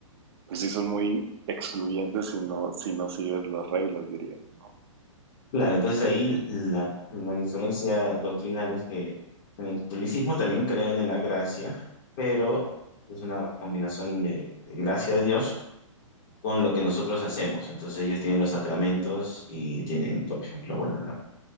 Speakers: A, on the right; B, on the left.
A: Pues sí, son muy excluyentes si no, si no sigues las reglas, dirías, ¿no?
B: claro, entonces ahí
A: El-
B: la, la diferencia doctrinal es que en el catolicismo también creen en la gracia, pero es una combinación de, de gracia de Dios con lo que nosotros hacemos. Entonces ellos tienen los sacramentos y tienen, por ejemplo, bueno, la